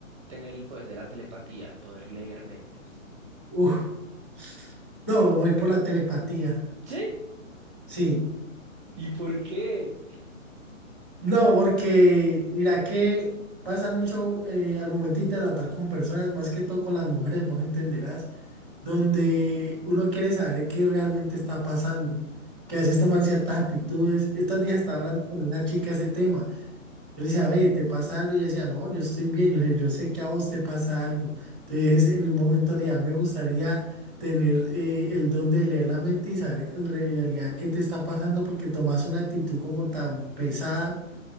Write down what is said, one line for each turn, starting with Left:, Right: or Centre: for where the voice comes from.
Right: tener el poder de la telepatía, poder leer mentes.
Centre: Uf. No, voy por la telepatía.
Right: Sí.
Centre: Sí.
Right: ¿Y por qué?
Centre: No, porque mira que pasa mucho eh, al momentito de tratar con personas, más que todo con las mujeres, vos entenderás, donde uno quiere saber qué realmente está pasando, que a veces toman ciertas actitudes. Estos días estaba hablando con una chica ese tema. Yo le decía, oye, ¿te pasa algo? Y ella decía, no, yo estoy bien, yo, le- yo sé que a vos te pasa algo. Entonces, en un momento le dije, "A mí me gustaría tener eh, el don de leer la mente y saber en realidad qué te está pasando, porque tomas una actitud como tan pesada